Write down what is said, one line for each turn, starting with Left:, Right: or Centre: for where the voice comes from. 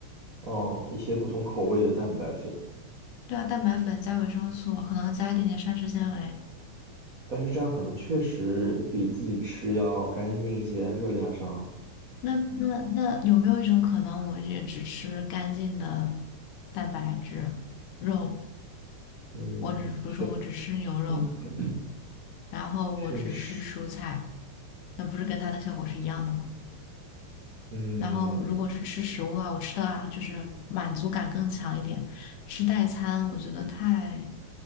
Right: 嗯，一些不同口味的蛋白粉。
Left: 对啊，蛋白粉加维生素，可能加一点点膳食纤维。
Right: 但是这样可能确实比自己吃要干净一些，热量上，
Left: 那那那有没有一种可能，我也只吃干净的蛋白质肉？
Right: 嗯，
Left: 我只比如说我只吃牛肉，
Right: 确 <clears throat>
Left: 然后我只吃蔬菜，
Right: 确实，
Left: 那不是跟它的效果是一样的吗？
Right: 嗯，
Left: 然后如果是吃食物的话，我吃的啊就是满足感更强一点。吃代餐我觉得太